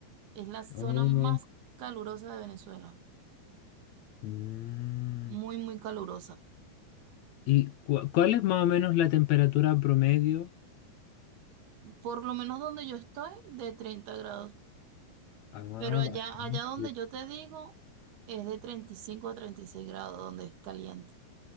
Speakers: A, on the right (about 90°); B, on the left (about 80°).
A: Es la zona
B: Oh.
A: más calurosa de Venezuela.
B: Mm.
A: Muy, muy calurosa.
B: ¿Y cua- cuál es más o menos la temperatura promedio?
A: Por lo menos donde yo estoy, de 30 grados.
B: Ah,
A: Pero allá,
B: bastante.
A: allá donde yo te digo, es de 35 a 36 grados, donde es caliente.